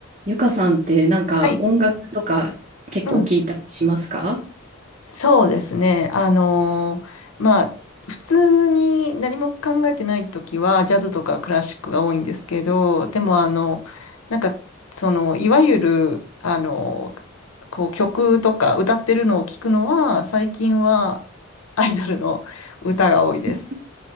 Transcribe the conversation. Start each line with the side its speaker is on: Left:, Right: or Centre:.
Right: ゆかさんってなんか音楽とか結構聞いたりしますか
Left: はい、うん、そうですね。あのーまあ、普通に何も考えてないときは、ジャズとかクラシックが多いんですけど、でも、あの、なんか、その、いわゆる、あのこう、曲とか歌ってるのを聞くのは、最近はアイドルの歌が多いです。
Right: え